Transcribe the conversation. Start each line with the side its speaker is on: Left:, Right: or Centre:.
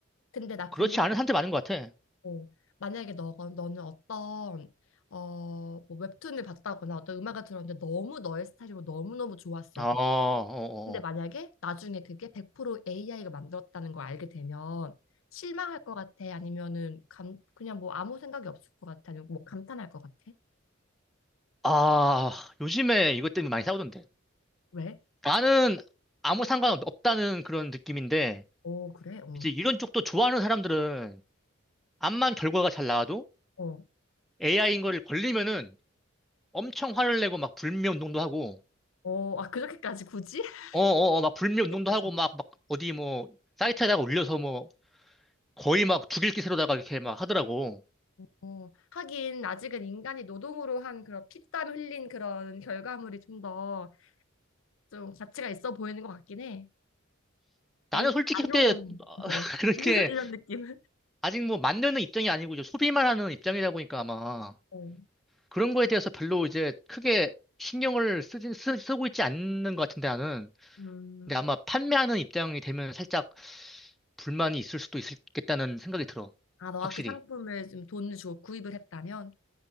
Left: 근데 나 궁금한
Centre: 그렇지 않은 사람들 많은 것 같아.
Left: 거 만약에 너 너는 어떤 어뭐 웹툰을 봤다거나 어떤 음악을 들었는데 너무 너의 스타일이고 너무너무 좋았어.
Centre: 아, 어, 어,
Left: 근데 만약에
Centre: 어.
Left: 나중에 그게 100% AI가 만들었다는 걸 알게 되면 실망할 것 같아? 아니면은 감, 그냥 뭐 아무 생각이 없을 것 같아? 아니면 뭐 감탄할 것 같아?
Centre: 아, 요즘에 이것 때문에 많이 싸우던데.
Left: 왜?
Centre: 나는 아무 상관없다는 그런 느낌인데,
Left: 오, 그래? 어,
Centre: 이제 이런 쪽도 좋아하는 사람들은 암만 결과가 잘 나와도
Left: 어,
Centre: AI인 걸 걸리면은 엄청 화를 내고 막 불매 운동도 하고,
Left: 어, 아, 그렇게까지 굳이? <laughs>
Centre: 어어어, 막 불매 운동도
Left: 그렇게까지.
Centre: 하고 막, 막 어디 뭐 사이트에다가 올려서 뭐 거의 막 죽일 기세로다가 이렇게 막 하더라고.
Left: 어, 하긴 아직은 인간이 노동으로 한 그런 피땀 흘린 그런 결과물이 좀 더 좀 가치가 있어 보이는 것 같긴 해.
Centre: 나는
Left: AI
Centre: 솔직히
Left: 날로
Centre: 근데
Left: 먹는
Centre: <laughs>
Left: 어,
Centre: 그렇게
Left: <laughs> 이런 느낌.
Centre: 아직 뭐 만드는 입장이 아니고 이제 소비만 하는 입장이다 보니까 아마
Left: 어,
Centre: 그런 거에 대해서 별로 이제 크게 신경을 쓰진, 쓰, 쓰고 있지 않는 것 같은데 나는.
Left: 음.
Centre: 근데 아마 판매하는 입장이 되면 살짝 불만이 있을 수도 있겠다는 생각이 들어.
Left: 아, 너가
Centre: 확실히.
Left: 그 상품을 좀 돈을 주고 구입을 했다면?